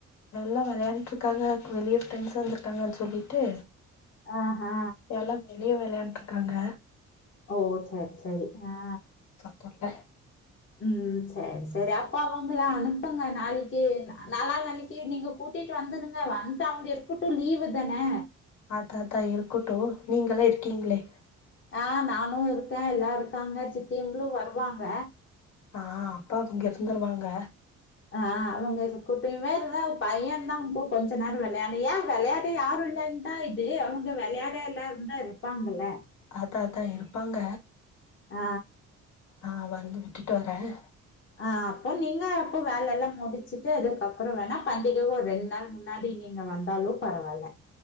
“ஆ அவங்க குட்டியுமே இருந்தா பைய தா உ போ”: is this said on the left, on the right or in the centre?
Left